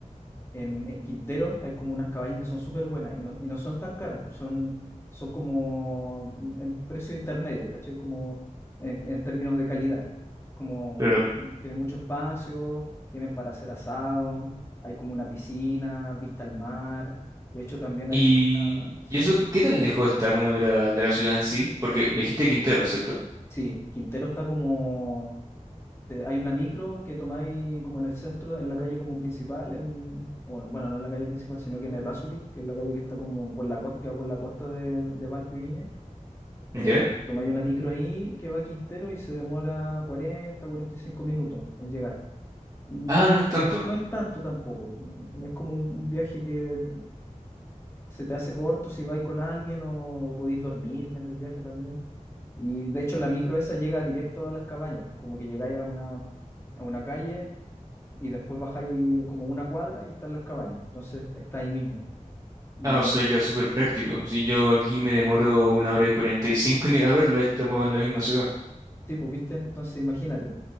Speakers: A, on the left; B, on the right.
A: en, en Quintero hay como unas cabañas que son súper buenas y no, y no son tan caras, pues son, son como mm, en precio intermedio, pues, ¿cachai? Como en, en términos de calidad. Como mu-
B: Claro.
A: tien- tienen mucho espacio, tienen para hacer asado, hay como una piscina, vista al mar. De hecho, también
B: Y,
A: hay como una... ¿Sí,
B: y eso,
A: dime?
B: ¿qué tan lejos está como de la, de la ciudad en sí? Porque me dijiste Quintero, ¿cierto?
A: Sí, Quintero está como te- hay una micro que tomáis como en el centro, en la calle como principal, en, o bueno, no en la calle principal, sino que en el Errázuriz, que es la calle que está como por la costa, que va por la costa de, de Valpo y Viña. Eh,
B: ¿Ya?
A: tomáis una micro ahí que va a Quintero y se demora 40, 45 minutos en llegar. Yo,
B: Ah, no es tanto.
A: no es tanto tampoco, mm, es como un, un viaje que se te hace corto si vais con alguien o, o podéis dormirme en el viaje también. Y de hecho la micro esa llega directo a las cabañas, pues como que llegáis a una, a una calle y después bajáis como una cuadra y están las cabañas, entonces está ahí mismo. Y
B: Ah, o sea, queda súper práctico. Si yo aquí me demoro una hora y cuarenta y cinco en ir a verla y estamos en la misma ciudad.
A: sí, pues viste, entonces imagínate,